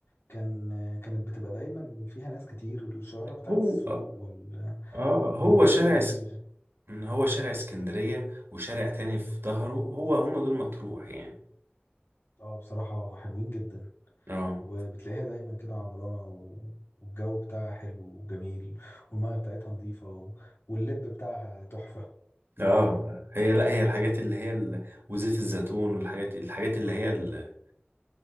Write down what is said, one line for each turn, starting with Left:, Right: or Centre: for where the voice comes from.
Left: كان كانت بتبقى دايما فيها ناس كتير الشوارع بتاعت
Right: هو
Left: السوق وال
Right: اه
Left: والسوق
Right: هو شارع
Left: الليبي
Right: اس...
Left: ده
Right: هو شارع اسكندرية وشارع تاني في ظهره هو هم دول مطروح يعني
Left: اه بصراحة حلوين جدا
Right: اه
Left: وبتلاقيها دايما كده عمرانة و... والجو بتاعها حلو وجميل والمية بتاعتها نظيفة و... واللب بتاعها تحفة
Right: اه هي لا هي الحاجات اللي هي ال... وزيت الزيتون والحاجات الحاجات
Left: <laughs>
Right: اللي
Left: اه
Right: هي ال-